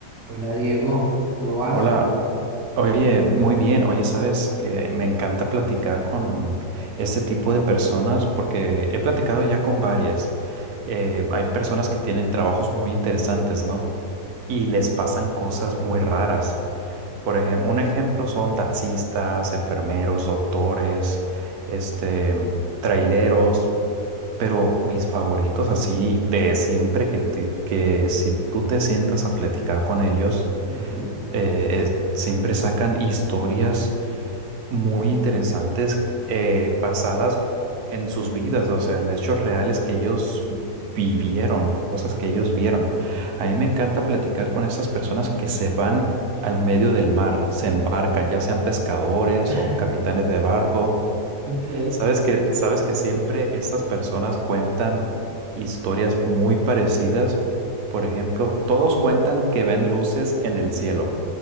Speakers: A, on the right; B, on the right.
A: Hola Diego, ¿cómo vas?
B: Hola, oye, muy bien, oye, sabes que me encanta platicar con este tipo de personas porque he platicado ya con varias. Eh, hay personas que tienen trabajos muy interesantes, ¿no? Y les pasan cosas muy raras. Por ejemplo, un ejemplo son taxistas, enfermeros, doctores, este, traileros, pero mis favoritos así de siempre que, te- que si tú te sientas a platicar con ellos
A: Ujú.
B: eh, es- siempre sacan historias muy interesantes eh, basadas en sus vidas, o sea, en hechos reales que ellos vivieron, cosas que ellos vieron. A mí me encanta platicar con estas personas que se van al medio del mar, se embarcan, ya sean pescadores
A: <laughs>
B: o capitanes de barco.
A: Ok.
B: Sabes que, sabes que siempre estas personas cuentan historias muy parecidas. Por ejemplo, todos cuentan que ven luces en el cielo.